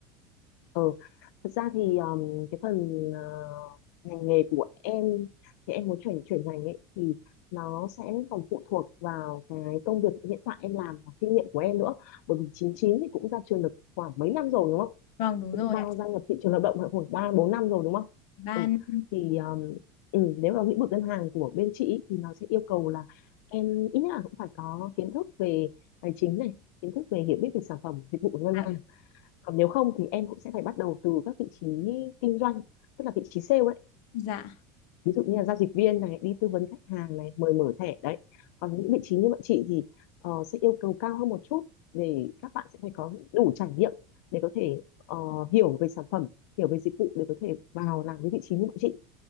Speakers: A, on the left (about 70°); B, on the left (about 50°).
A: Ừ. Thật ra thì um, cái phần ờ, ngành nghề của em thì em muốn chuyển chuyển ngành ấy thì nó sẽ còn phụ thuộc vào cái công việc hiện tại em làm và kinh nghiệm của em nữa bởi vì 99 thì cũng ra trường được khoảng mấy năm rồi đúng không
B: Vâng đúng
A: cũng
B: rồi
A: vào
B: ạ.
A: gia nhập thị trường lao động khoảng ba bốn năm rồi đúng không
B: Ban
A: ừ thì um, ừ, nếu vào lĩnh vực ngân hàng của bên chị ý, thì nó sẽ yêu cầu là em ít nhất là cũng phải có kiến thức về tài chính này kiến thức về hiểu biết về sản phẩm dịch vụ của ngân
B: dạ.
A: hàng còn nếu không thì em cũng sẽ phải bắt đầu từ các vị trí kinh doanh tức là vị trí sale ấy
B: dạ.
A: ví dụ như là giao dịch viên này đi tư vấn khách hàng này mời mở thẻ đấy còn những vị trí như bọn chị thì ờ, sẽ yêu cầu cao hơn một chút để các bạn sẽ phải có đủ trải nghiệm để có thể ờ, hiểu về sản phẩm hiểu về dịch vụ để có thể vào làm cái vị trí như bọn chị